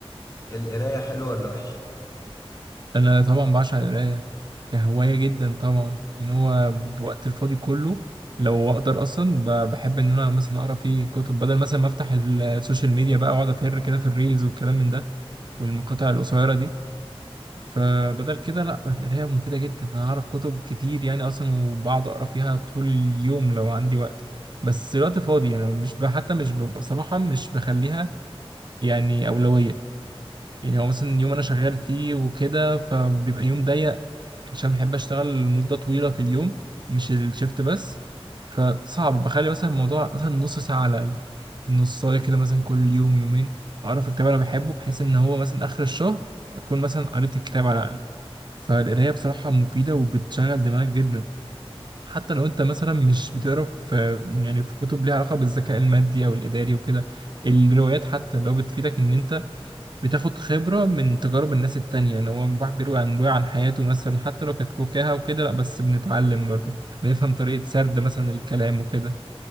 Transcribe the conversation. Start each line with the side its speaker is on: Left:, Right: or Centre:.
Left: القرايه حلوه ولا وحشه
Right: أنا طبعا بعشق القراية كهواية جدا طبعا يعني هو بوقت الفاضي كله لو أقدر أصلا ب- بحب إن أنا مثلا أقرأ فيه كتب بدل مثلا ما أفتح ال- السوشيال ميديا بقى وأقعد أفر كده في الريلز والكلام من ده والمقاطع القصيرة دي فبدل كده لا القراية مفيدة جدا أنا أعرف كتب كتير يعني أصلا وبقعد أقرأ فيها طول اليوم لو عندي وقت بس الوقت فاضي يعني مش ب... حتى مش ب... بصراحة مش بخليها يعني أولوية يعني هو مثلا يوم أنا شغال فيه وكده فبيبقى يوم ضيق عشان بحب اشتغل مدة طويلة في اليوم مش الشيفت بس فصعب بخلي مثلا الموضوع مثلا نص ساعة على الأقل النصاية كده مثلا كل يوم يومين أعرف الكتاب أنا بحبه بحيث إن هو مثلا آخر الشهر أكون مثلا قريت الكتاب على الأقل فالقراية بصراحة مفيدة وبتشغل دماغك جدا حتى لو أنت مثلا مش بتقرا في يعني في كتب ليها علاقة بالذكاء المادي أو الإداري وكده الروايات حتى لو بتفيدك إن أنت بتاخد خبرة من تجارب الناس التانية ان هو الواحد بيروي عن بيروي عن حياته مثلا حتى لو كانت فكاهة وكده لا بس بنتعلم برضه بنفهم طريقة سرد مثلا الكلام وكده